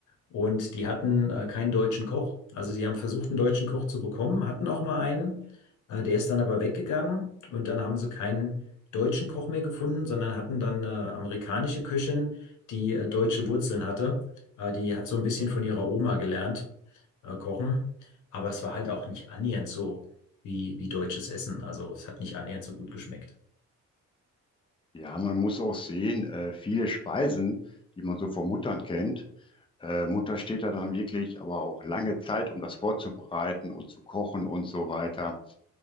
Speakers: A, on the left (about 75°); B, on the left (about 15°).
A: Und die hatten äh, keinen deutschen Koch. Also sie haben versucht, einen deutschen Koch zu bekommen, hatten auch mal einen. Äh, der ist dann aber weggegangen und dann haben sie keinen deutschen Koch mehr gefunden, sondern hatten dann eine amerikanische Köchin, die äh, deutsche Wurzeln hatte. Äh, die hat so ein bisschen von ihrer Oma gelernt, äh, kochen. Aber es war halt auch nicht annähernd so wie, wie deutsches Essen. Also es hat nicht annähernd so gut geschmeckt.
B: Ja, man muss auch sehen, äh, viele Speisen, die man so von Muttern kennt, äh, Mutter steht da dann wirklich aber auch lange Zeit, um das vorzubereiten und zu kochen und so weiter.